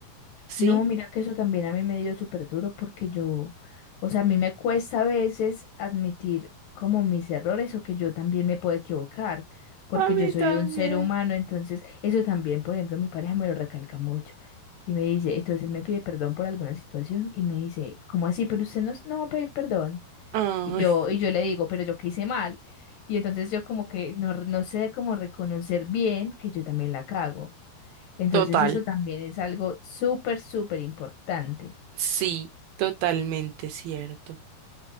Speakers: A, on the right; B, on the left.
A: ¿sí?
B: No, mira que eso también a mí me dio súper duro porque yo, o sea, a mí me cuesta a veces admitir como mis errores o que yo también me puedo equivocar, porque
A: A mí
B: yo soy
A: también.
B: un ser humano, entonces eso también, por ejemplo, mi pareja me lo recalca mucho y me dice, entonces él me pide perdón por alguna situación y me dice, ¿cómo así? Pero usted no, s- no va a pedir perdón.
A: Ay,
B: Y yo, y yo le digo, pero yo qué hice mal. Y entonces yo como que no, no sé cómo reconocer bien que yo también la cago.
A: <laughs>
B: Entonces
A: total,
B: eso también es algo súper, súper importante.
A: sí, totalmente cierto,